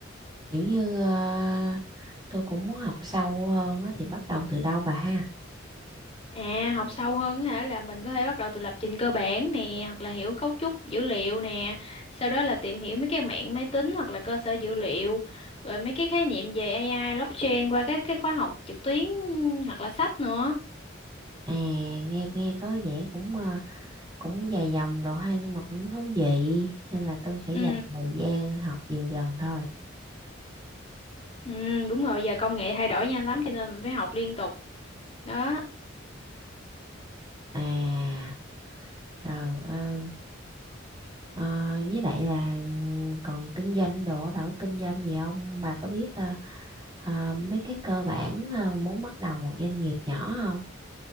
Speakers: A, on the right (about 25°); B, on the left (about 30°).
A: Kiểu như ờ, tôi cũng muốn học sâu hơn á, thì bắt đầu từ đâu bà ha?
B: À, học sâu hơn á hả là mình có thể bắt đầu từ lập trình cơ bản nè, hoặc là hiểu cấu trúc dữ liệu nè, sau đó là tìm hiểu mấy cái mạng máy tính hoặc là cơ sở dữ liệu, rồi mấy cái khái niệm về AI, blockchain qua các cái khóa học trực tuyến hoặc là sách nữa.
A: À, nghe nghe có vẻ cũng ờ, cũng dài dòng đồ ha nhưng mà cũng thú vị nên là tôi sẽ dành
B: Ừ,
A: thời gian học dần dần thôi.
B: ừ, đúng rồi, giờ công nghệ thay đổi nhanh lắm cho nên mình phải học liên tục. Đó.
A: À, rồi ờ, ờ, với lại là còn kinh doanh đồ á, bà có kinh doanh gì không? Bà có biết ờ, ờ, mấy cái cơ bản ờ, muốn bắt đầu một doanh nghiệp nhỏ không?